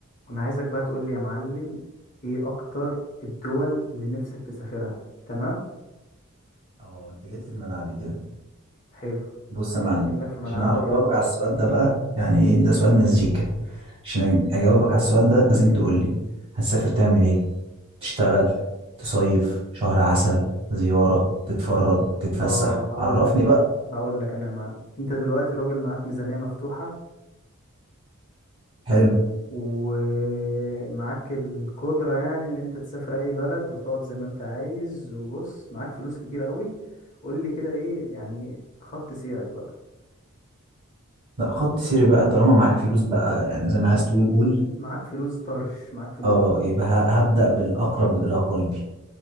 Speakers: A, on the left; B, on the right.
A: وانا عايزك بقى تقول لي يا معلم ايه اكتر الدول اللي نفسك تسافرها تمام
B: اه انت جيت لي في ملعبي كده
A: حلو
B: بص يا معلم
A: لو ما جيت لك في ملعبك
B: عشان اعرف
A: حلو
B: اجاوبك على السؤال ده بقى يعني ايه ده سؤال مزيكا عشان أج- اجاوبك على السؤال ده لازم تقول لي هتسافر تعمل ايه تشتغل تصيف شهر عسل زيارة تتفرج تتفسح
A: اه هقول
B: عرفني
A: لك انا
B: بقى
A: هقول لك انا يا معلم انت دلوقتي راجل معاك ميزانية مفتوحة
B: حلو
A: ومعاك القدرة يعني ان انت تسافر اي بلد وتقعد زي ما انت عايز وبص معاك فلوس كتير قوي قول لي كده ايه يعني خط سيرك بقى
B: لا خط سيري بقى طالما معاك فلوس بقى يعني زي ما عايز تقول قول
A: معاك فلوس طرش معاك فلوس
B: اه يبقى ه- هبدأ بالأقرب إلى قلبي